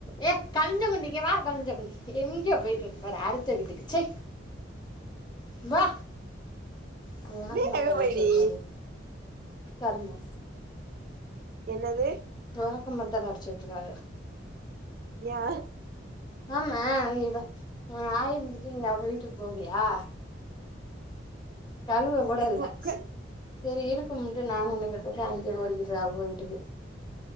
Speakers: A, on the left; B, on the right.
A: ஏ கலிஞ்ச குண்டி இங்க வா கலிஞ்ச குண்டி எங்க போயிட்டு இருக்கு பாரு அடுத்த வீட்டுக்கு ச்சே வா அவ வெளக்குமாத்தால
B: வேக வைடி
A: அடிச்சுவுட்ருவாலே கருமோ
B: என்னது
A: வெளக்குமாத்தால அடிச்சு உட்ருக்காக
B: யா
A: ஆமா இவ இவ ஆய் இருந்துட்டு நீ அவுங்க வீட்டுக்கு போவியா தழுவ கூட
B: உங்க
A: இல்ல
B: அக்கா
A: சேரி இருக்கும்ன்ட்டு நானு உன்ன கேட்ருக்க அங்க ஓடிக்கிட்ற அவுங்க வீட்டுக்கு